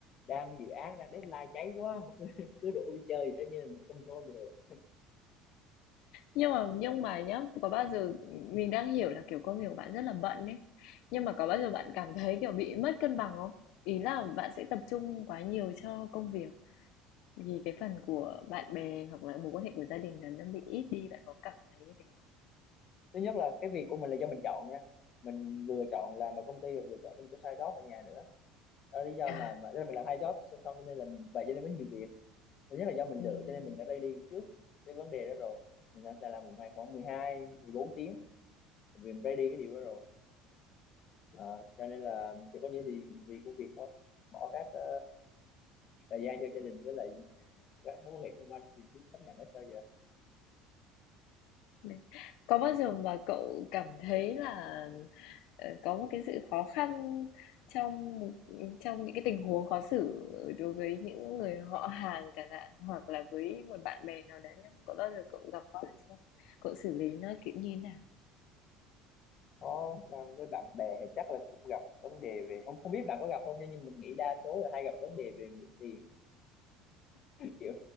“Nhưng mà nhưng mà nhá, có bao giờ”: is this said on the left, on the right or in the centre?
Left